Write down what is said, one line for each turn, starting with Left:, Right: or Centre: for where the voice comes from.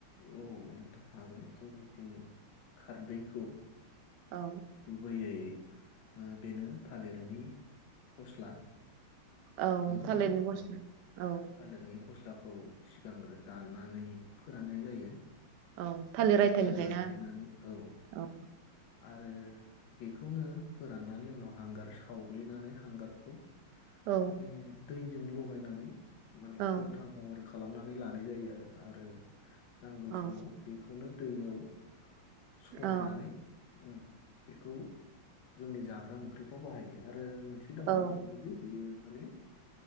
Left: औ नोंथां हागोन जोंनिथिं खारदैखौ
Right: औ
Left: गुबैयै ओ बेनो थालिरनि फस्ला।
Right: औ
Left: नङा
Right: थालिरनि
Left: होमबा
Right: फस्ला
Left: औ
Right: औ।
Left: थालिरनि फस्लाखौ सिगांग्रो दाननानै फोराननाय जायो
Right: औ थालिर
Left: फिसा
Right: आयथानिफ्राय
Left: फिसा दानग्लिनानै
Right: ना
Left: औ
Right: औ।
Left: आरो बेखौनो फोराननानै उनाव हांगार सावग्लिनानै हांगारखौ
Right: औ
Left: माने दैजों लगायनानै माने
Right: औ
Left: गथा महर खा लामनानै लानाय जायो आरो आरो नांगौ
Right: औ
Left: समाव बेखौनो दैयाव सरनानै
Right: औ
Left: ओम बेखौ जोंनि जाग्रा ओंख्रिफ्राव बाहायो। आरो मोनसे दंबावो
Right: औ
Left: मेइनलि बियो माने